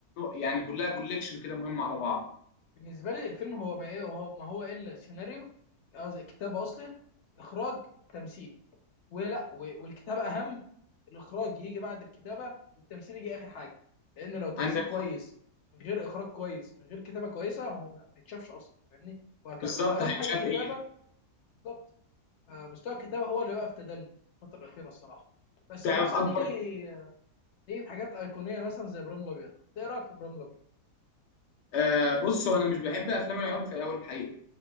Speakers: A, on the left (about 85°); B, on the left (about 55°).
A: يعني كلها كوليكشن كده مهم على بعض
B: بالنسبه لي الفيلم هو ما ايه وهو ما هو الا سيناريو قصدي كتابه اصلي اخراج تمثيل ولا و- والكتابه اهم الاخراج يجي بعد الكتابه والتمثيل يجي اخر حاجه لان لو تمثيل
A: عندك
B: كويس من غير اخراج كويس من غير كتابه كويسه هو ما ما يتشافش اصلا فاهمني وهكذا
A: بالظبط
B: اهم
A: هيتشاف
B: حاجه الكتابه
A: إيه
B: بالظبط آه، مستوى الكتابه هو اللي بقى في تدني الفتره الاخيره الصراحه بس
A: تعرف
B: مثلا
A: اكبر
B: نيجي نيجي في حاجات ايقونيه مثلا زي ابراهيم الابيض إنت ايه رايك في ابراهيم الابيض
A: آه بص هو انا مش بحب افلام العنف في اول حقيقه